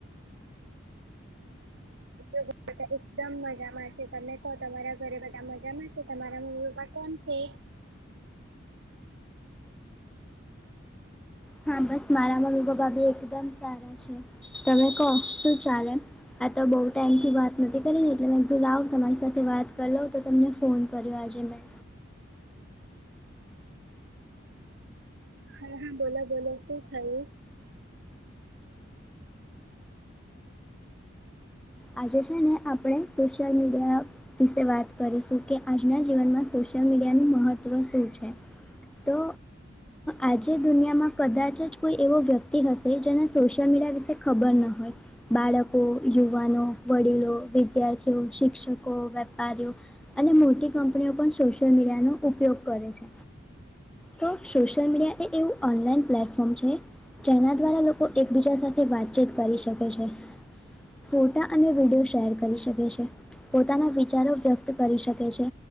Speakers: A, on the right (about 65°); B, in the centre.
A: બધા એકદમ મજામાં છે. તને કહો તમારા ઘરે બધા મજામાં છે? તમારા મા કોણ કે
B: હા, બસ મારા મમ્મી-પપ્પા બી એકદમ સારા છે, તમે કહો શું? ચાલે. આ તો બઉુ ટાઈમ થી વાત નથી કરી ને, એટલે મેં એકધું લાવ તમારી સાથે વાત કરી લઉ. તમને ફોન કર્યો આજે મેં.
A: હા, હા, બોલો બોલો શું થાય?
B: આજે છે ને, આપણે સોશિયલ મીડિયા વિશે વાત કરીશું કે, આજના જીવનમાં. સોશિયલ મીડિયાનું મહત્ત્વ શું છે, તો આજે દુનિયામાં કદાચ જ કોઈ એવો વ્યક્તિ હશે, જેને સોશિયલ મીડિયા વિશે ખબર ન હોય. બાળકો, યુવાનો, વડીલો, વિદ્યાર્થીઓ, શિક્ષકો, વેપારીઓ. અને મોટી કંપનીઓ પણ સોશિયલ મીડિયાનો ઉપયોગ કરે છે. તો સોશિયલ મીડિયા એ એવું ઓનલાઈન પ્લેટફોર્મ છે. જેના દ્વારા લોકો એકબીજા સાથે વાતચીત કરી શકે છે. ફોટા અને વિડીયો શૅર કરી શકે છે, પોતાના વિચારો વ્યક્ત કરી શકે છે.